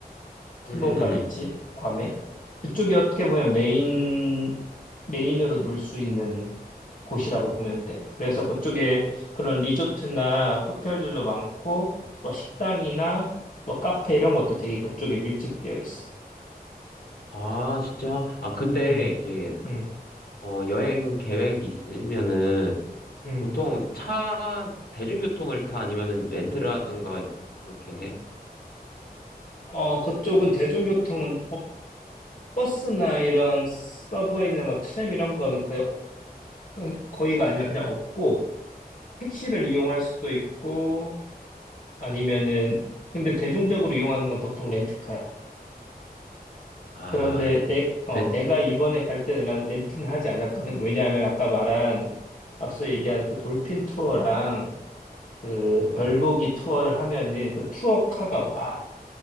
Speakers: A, on the left; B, on the left.
A: 투몬가
B: 응, 응, 응.
A: 비치, 괌에. 그쪽이 어떻게 보면 메인, 메인으로 놀 수 있는 곳이라고 보면 돼. 그래서 그쪽에 그런 리조트나 호텔들도 많고, 뭐 식당이나 뭐 카페 이런 것도 되게 그쪽에 밀집되어 있어.
B: 아, 진짜? 아, 근데
A: 음,
B: 이제
A: 음,
B: 어, 여행 계획 있으면은
A: 음.
B: 보통 차 대중교통을 타 아니면은 렌트를 하던가 그렇게 해?
A: 어, 그쪽은 대중교통은 어, 버스나 이런 서브웨이나 뭐 트램 이런 거는 거의 어, 거의가 아니라 그냥 없고 택시를 이용할 수도 있고 아니면은 근데 대중적으로 이용하는 건 보통 렌트카야.
B: 아,
A: 그런데 내, 어,
B: 렌
A: 내가 이번에 갈 때는 난 렌트는 하지 않았거든. 왜냐하면 아까 말한 앞서 얘기한 그 돌핀 투어랑 그
B: 어.
A: 별보기 투어를 하면은 그 투어카가 와.